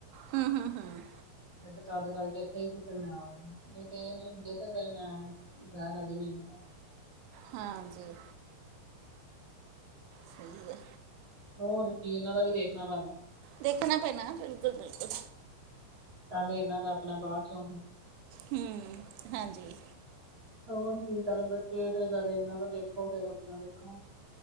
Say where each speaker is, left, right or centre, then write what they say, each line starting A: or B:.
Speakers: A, on the right; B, on the right.
A: ਹੂੰ ਹੂੰ ਹੂੰ,
B: ਫ ਤੁਹਾਡੇ ਕਰਕੇ ਇੱਥੇ ਸੀ, ਫਿਰ ਮੈਂ ਆ ਗਈ, ਨਈ ਤੇ ਏ ਨਈ ਹੁੰਦੇ, ਤੇ ਫਿਰ ਮੈਂ ਮੈਂ ਲੈਂਦੀ ਨੀ, ਮੈਂ ਕੇਹਾ
A: ਹਾਂਜੀ, ਠਹੀ ਹੈ।
B: ਹੋਰ ਕੀ ਉਹਨਾਂ ਦਾ ਵੀ ਦੇਖਣਾ ਪੈਂਦਾ।
A: ਦੇਖਣਾ ਪੈਣਾ ਨਾ ਫਿਰ ਬਿਲਕੁਲ, ਬਿਲਕੁਲ
B: ਕੱਲ ਇਹਨਾਂ ਦਾ ਆਪਣਾ ਬਾਅ ਚੋਣ
A: ਹੂ, ਹਾਂਜੀ।
B: ਹੋ ਜੀ ਪਹਿਲੇ ਬੱਚੇ ਨੇ, ਨਾਲ ਇਹਨਾਂ ਦਾ ਦੇਖੋ, ਫੇਰ ਆਪਣਾ ਦੇਖੋ।